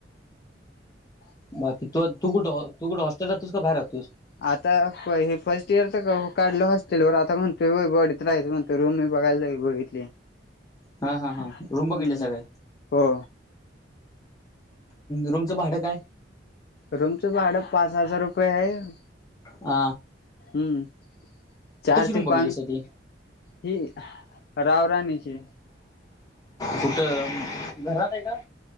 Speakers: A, on the left; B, on the left.
A: ह.
B: बाकी तू-तू कुठं, तू कुठं हॉस्टेल राहतोस का बाहेर राहतोस?
A: आता हे फर्स्ट इयर तर <unintelligible> काढलं हॉस्टेलवर आता म्हणतोय वैभववाडीत राहाचं म्हण. तर रूम मी बघायला <unintelligible> तली
B: हा हा हा
A: हम्,
B: रूम बघितल्या सगळ्या
A: हो.
B: रूमचं भाडं काय?
A: रूमचं भाडं पाच हजार रुपये हे.
B: अ.
A: हम्म. चार
B: रूम
A: ते
B: बघितलीस
A: पांच
B: ती
A: हि रावराणीचे.
B: कुठ, घराते का?